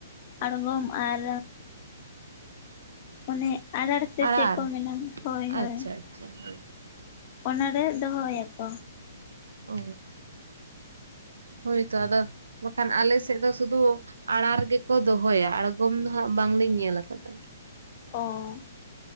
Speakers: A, on the left; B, on the right.
A: ᱟᱲᱜᱚᱢ ᱟᱨᱼᱼ ᱚᱱᱮ ᱟᱫᱟᱨ ᱥᱮ
B: ᱟᱲᱟᱨ
A: ᱪᱮᱫ ᱠᱚ ᱢᱮᱱᱟ? ᱦᱳᱭ
B: ᱟᱪᱪᱷᱟ
A: ᱦᱳᱭ᱾
B: ᱟᱪᱪᱷᱟ ᱦᱳᱭ,
A: ᱚᱱᱟ ᱨᱮ ᱫᱚᱦᱚ ᱭᱟᱠᱚ।
B: ᱚᱻ ᱦᱳᱭ ᱛᱚ ᱟᱫᱚ ᱵᱟᱠᱷᱟᱱ ᱟᱞᱮ ᱥᱮᱫ ᱫᱚ ᱥᱩᱫᱷᱩ ᱟᱲᱟᱨ ᱜᱮᱠᱚ ᱫᱚᱦᱚᱭᱟ ᱟᱬᱜᱚᱢ ᱫᱚ ᱦᱟᱸᱜ ᱵᱟᱝᱞᱤᱧ ᱧᱮᱞ ᱟᱠᱟᱫᱟ। <inaudible>
A: ᱚᱻ